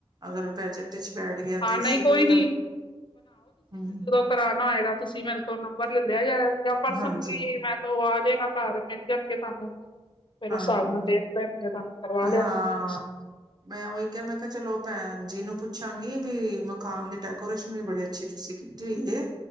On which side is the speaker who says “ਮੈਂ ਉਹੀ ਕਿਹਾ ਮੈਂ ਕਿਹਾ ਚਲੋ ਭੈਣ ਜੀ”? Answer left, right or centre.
Right